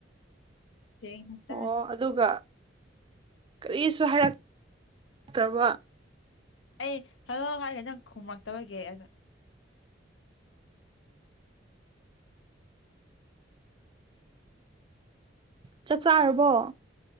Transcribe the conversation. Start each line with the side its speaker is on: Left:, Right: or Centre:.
Left: ꯁꯦꯡꯅ ꯇꯥꯢ꯫
Right: ꯑꯣ ꯑꯗꯨꯒ ꯀꯔꯤꯁꯨ ꯍꯥꯏꯔꯛ ꯇꯕ <unintelligible>
Left: ꯑꯩ ꯍꯜꯂꯣ ꯍꯥꯏꯒꯦ ꯅꯪ ꯈꯨꯝꯃꯛꯇꯕꯒꯤ ꯑꯗꯨꯅ
Right: ꯆꯥꯛ ꯆꯥꯔꯕꯣ꯫